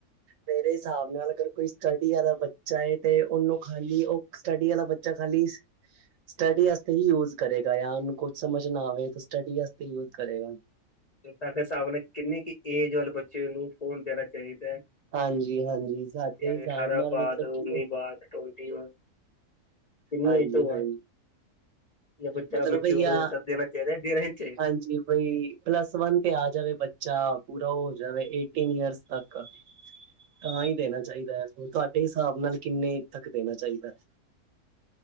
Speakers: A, on the right (about 65°); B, on the left (about 80°).
A: ਮੇਰੇ ਹਿਸਾਬ ਨਾਲ ਅਗਰ ਕੋਈ ਸਟੱਡੀ ਵਾਲਾ ਬੱਚਾ ਹੈ ਤੇ ਉਹਨੂੰ ਖਾਲੀ ਉਹ ਸਟਡੀ ਵਾਲਲਾ ਬੱਚਾ ਖਾਲੀ ਸਟੱਡੀ ਵਾਸਤੇ ਹੀ ਯੂਜ ਕਰੇਗਾ ਜਾਂ ਉਹਨੂੰ ਕੁਛ ਸਮਝ ਨਾ ਆਵੇ ਤਾਂ ਸਟੱਡੀ ਵਾਤੇ ਯੂਜ ਕਰੇਗਾ।
B: ਤੁਹਾਡੇ ਹਿਸਾਬ ਨੇ ਕਿੰਨੀ ਕੁ ਏਜ ਵੱਲ ਬੱਚੇ ਨੂੰ ਫੋਨ ਦੇਣਾ ਚਾਹੀਦਾ ਹੈ?
A: ਹਾਂਜੀ-ਹਾਂਜੀ, ਸਾਡੇ
B: ਯਾਨੀ
A: ਹਿਸਾਬ
B: ਅਠਾਰਾਂ
A: ਨਾਲ
B: ਬਾਅਦ
A: ਮਤਲਬ
B: ਉੱਨੀ
A: ਕਿ
B: ਬਾਅਦ ਟਵੰਟੀ ਬਾਅਦ ਕਿੰਨੀ
A: ਹਾਂਜੀ-ਹਾਂਜੀ।
B: ਏਜ ਤੋਂ ਬਾਅਦ ਜਾਂ ਬੱਚਾ
A: ਮਤਲਬ
B: ਮੈਚਿਓਰ
A: ਯਾ
B: ਹੋਏ ਤਦ ਦੇਣਾ ਚਾਹੀਦਾ ਦੇਣਾ ਹੀ ਨਹੀਂ ਚਾਹੀਦਾ
A: ਹਾਂਜੀ, ਬਈ ਪਲੱਸ ਵਨ ਤੇ ਆ ਜਾਵੇ ਬੱਚਾ ਪੂਰਾ ਹੋ ਜਾਵੇ ਏਟੀਨ ਈਅਰਸ ਤੱਕ। ਤਾਂ ਹੀ ਦੇਣਾ ਚਾਹੀਦਾ ਹੈ, ਤੁਹਾਡੇ ਹਿਸਾਬ ਨਾਲ ਕਿੰਨੇ ਤੱਕ ਦੇਣਾ ਚਾਹੀਦਾ ਹੈ?